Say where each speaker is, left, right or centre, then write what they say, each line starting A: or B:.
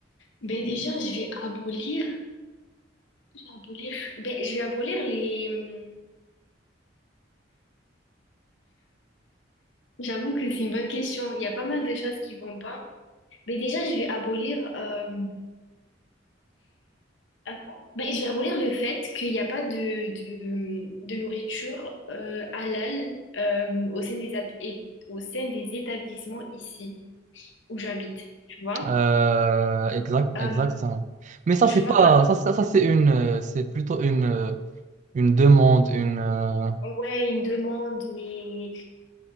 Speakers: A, on the left (about 80°); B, on the right (about 40°).
A: Ben déjà, je vais abolir. Je vais abolir. Ben, je vais abolir les. hmm, J'avoue que c'est une bonne question. Il y a pas mal de choses qui vont pas. Ben déjà, je vais abolir. euh, Attends. Ben, je vais abolir le fait qu'il n'y a pas de, de, hmm, de nourriture euh, halal euh, au sein des, at- et- au sein des établissements ici où j'habite. Tu vois?
B: Euh, exact,
A: Euh,
B: exactement. Mais ça,
A: tu
B: c'est
A: vois?
B: pas, ça, ça, ça, c'est une, euh, c'est plutôt une, euh, une demande, une. euh,
A: Ouais, ils me demandent, mais.